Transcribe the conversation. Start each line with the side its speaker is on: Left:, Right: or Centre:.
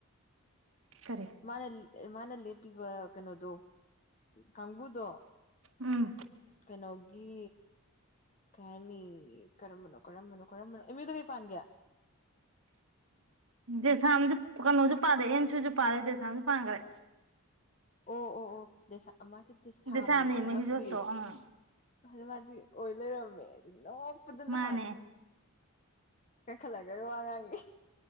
Right: ꯀꯔꯤ
Left: ꯃꯥꯅ ꯃꯥꯅ ꯂꯦꯞꯄꯤꯕ ꯀꯩꯅꯣꯗꯣ ꯀꯥꯡꯕꯨꯗꯣ
Right: ꯎꯝ
Left: ꯀꯩꯅꯣꯒꯤ ꯀꯩ ꯍꯥꯏꯅꯤ ꯀꯔꯝꯕꯅꯣ ꯀꯔꯝꯕꯅꯣ ꯀꯔꯝꯕꯅꯣ ꯏꯃꯤꯗ ꯀꯩ ꯄꯥꯟꯒꯦ
Right: ꯗꯦꯁꯥꯝꯁꯨ ꯀꯩꯅꯣꯁꯨ ꯄꯥꯔꯦ ꯑꯦꯝꯁꯨ ꯄꯥꯔꯦ ꯗꯦꯁꯥꯝꯁꯨ ꯄꯥꯈ꯭ꯔꯦ
Left: ꯑꯣ ꯑꯣ ꯑꯣ ꯗꯦꯁꯝ ꯃꯥꯁꯦ ꯗꯦꯁꯥꯝꯅꯤ
Right: ꯗꯦꯁꯥꯝꯅꯦ
Left: ꯈꯪꯉꯝꯗꯦ
Right: ꯃꯍꯤꯖꯣꯁꯇꯣ ꯑꯥ
Left: ꯑꯗꯨ ꯃꯥꯗꯤ ꯑꯣꯏ ꯂꯩꯔꯝꯃꯦ ꯑꯗꯨ ꯅꯣꯛꯄꯗ ꯅꯍꯥꯟ
Right: ꯃꯥꯅꯦ
Left: <unintelligible> ꯋꯥ ꯉꯥꯡꯉꯦ